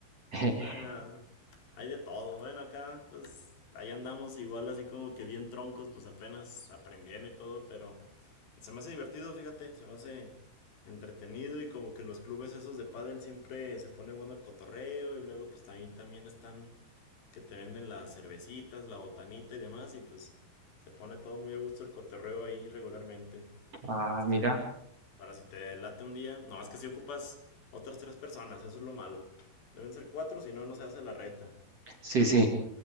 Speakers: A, on the right; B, on the left.
A: <laughs>
B: Ah, hay de todo. Bueno, acá, pues, ahí andamos igual así como que bien troncos, pues apenas aprendiendo y todo, pero se me hace divertido, fíjate, se me hace entretenido y como que los clubes esos de pádel siempre se pone bueno el cotorreo y luego pues ahí también están que te venden las cervecitas, la botanita y demás y pues se pone todo muy a gusto el cotorreo ahí regularmente.
A: Ah,
B: Estaré
A: mira,
B: para si te late un día, no más que si ocupas otras tres personas, eso es lo malo. Deben ser cuatro, si no, no se hace la reta.
A: sí, sí.